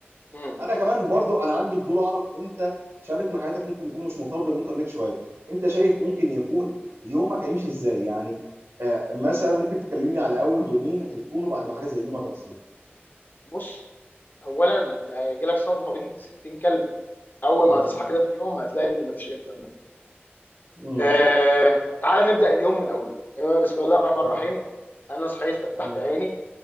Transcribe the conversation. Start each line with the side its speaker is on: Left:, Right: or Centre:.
Left: <laughs> امم.
Right: انا كمان برضو انا عندي فضول اعرف انت في شريط من حياتك ممكن يكون مش مرتبط بالانترنت شويه انت شايف ممكن يكون يومك هيمشي ازاي يعني آه، مثلا ممكن تكلمني على اول يومين هيكونوا بعد ما حاجه زي دي ما تحصل
Left: بص اولا انت هيجي لك صدمه بنت 60 كلب اول
Right: مم.
Left: ما هتصحى كده في يوم هتلاقي ان مفيش انترنت
Right: مم.
Left: آه تعال نبدا اليوم من اوله آه، بسم الله الرحمن الرحيم
Right: مم.
Left: انا صحيت فتحت
Right: مم.
Left: عيني